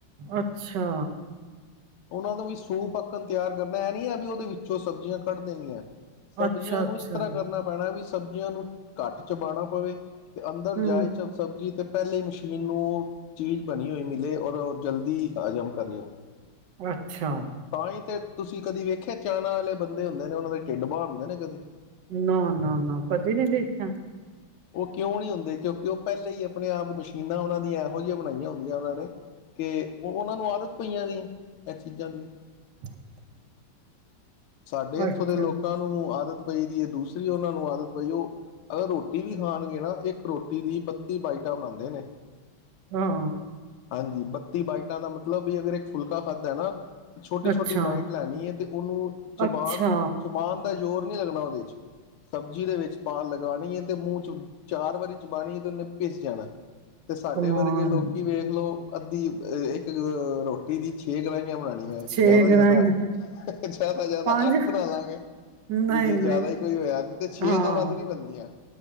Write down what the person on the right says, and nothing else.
ਅੱਛਾ
ਅੱਛਾ ਅੱਛਾ
ਹੂੰ
ਅੱਛਾ
ਨਾ ਨਾ ਨਾ ਕਦੇ ਨਹੀਂੀ ਦੇਖਿਆ
<unintelligible>
ਅੱਛਾ
ਹਾਂ
ਅੱਛਾ,
ਅੱਛਾ
ਕਮਾਲ
ਛੇ
ਗਰਾਈਆਂ
ਪੰਜ
ਨਹੀਂ-ਨਹੀਂ
ਹਾਂ